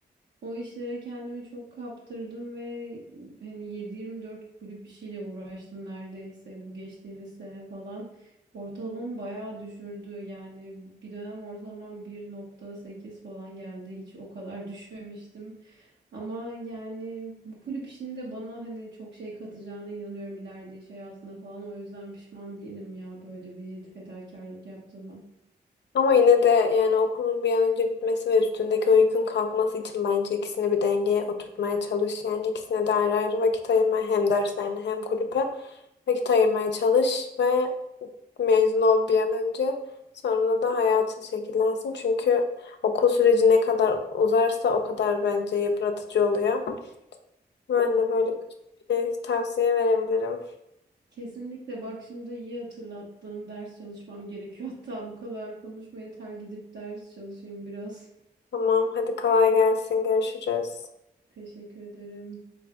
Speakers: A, on the right; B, on the left.
A: O işlere kendimi çok kaptırdım ve hani 7-24 kulüp işiyle uğraştım neredeyse bu geçtiğimiz sene falan. Ortalamamı bayağı düşürdü. Yani bir dönem ortalamam 1.8 falan geldi. Hiç o kadar <laughs> düşmemiştim. Ama yani bu kulüp işinin de bana hani çok şey katacağına inanıyorum ileride iş hayatında falan. O yüzden pişman değilim ya böyle bir fedakarlık yaptığıma.
B: Ama yine de yani okulun bir an önce bitmesi ve üstündeki o yükün kalkması için bence ikisini bir dengeye oturtmaya çalış. Yani ikisine de ayrı ayrı vakit ayırma hem derslerine hem kulüpe vakit ayırmaya çalış ve mezun ol bir an önce. Sonra da hayatın şekillensin. Çünkü okul süreci ne kadar uzarsa o kadar bence yıpratıcı oluyor. Ben de böyle küçük bir şey tavsiye verebilirim.
A: Kesinlikle bak şimdi iyi hatırlattın. Ders çalışmam gerekiyor. Hatta bu kadar konuşmaya yeter gidip ders çalışayım biraz.
B: Tamam, hadi kolay gelsin. Görüşürüz.
A: <laughs> Teşekkür ederim.